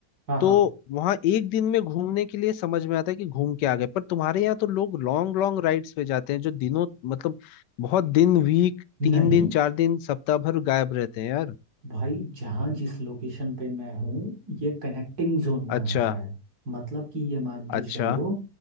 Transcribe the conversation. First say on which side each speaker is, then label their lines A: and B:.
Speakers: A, on the right; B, on the left.
A: हाँ हाँ
B: तो वहाँ एक दिन में घूमने के लिए समझ में आता है कि घूम के आ गए पर तुम्हारे यहाँ तो लोग लॉन्ग लॉन्ग राइड्स पे जाते हैं जो दिनों मतलब बहुत दिन वीक तीन
A: नहीं
B: दिन चार दिन सप्ताह भर गायब रहते हैं यार
A: भाई जहाँ जिस लोकेशन पे मैं हूँ ये कनेक्टिंग जोन में
B: अच्छा
A: आता है मतलब कि ये मान के
B: अच्छा
A: चलो